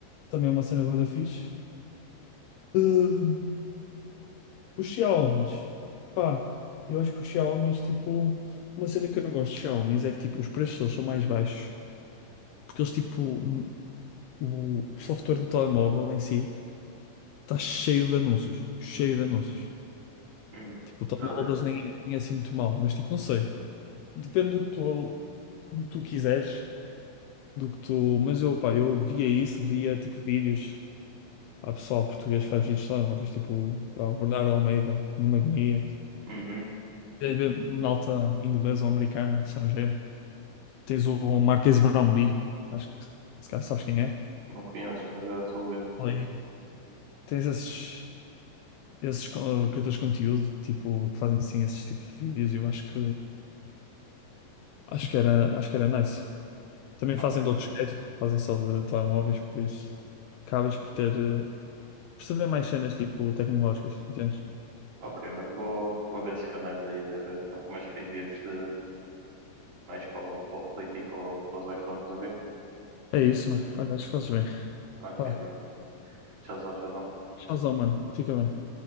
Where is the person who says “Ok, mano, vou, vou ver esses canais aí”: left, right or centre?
Right